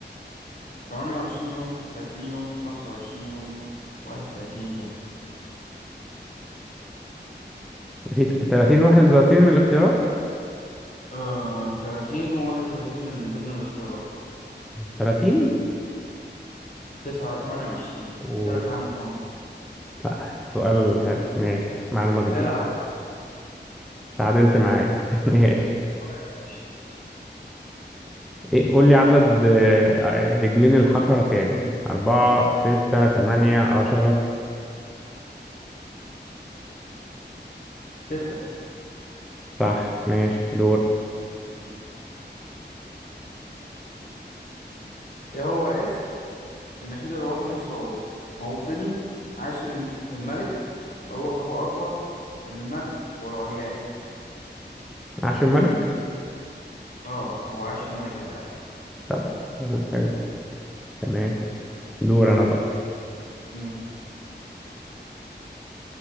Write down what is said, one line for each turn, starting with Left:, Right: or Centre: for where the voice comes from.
Left: 28 يوم 30 يوم 25 يوم 31 يوم
Centre: في 30 واحد وثلاثين من الاختيارات
Left: آه 30 و 31 من ضمن الاختيارات
Centre: 30
Left: 9 28
Centre: و
Left: قلت لك هعمل قمر
Centre: لا السؤال حلو ماشي معلومة جديدة
Left: العب وهكذا
Centre: تعادلت معايا <laughs> ماشي
Left: اه يا باشا
Centre: ايه قول لي عدد آه، رجلين الحشرة كام أربعة ستة تمانية عشرة
Left: 6
Centre: صح ماشي دور
Left: طيب. إيه هو اسم النشيد الوطني السعودي؟ موطني عاش الم- الملك الله أكبر المجد والعلياء
Centre: عاش الملك
Left: آه هو عاش الملك للأسف
Centre: طب حلو حلو تمام دور أنا بقى
Left: مم.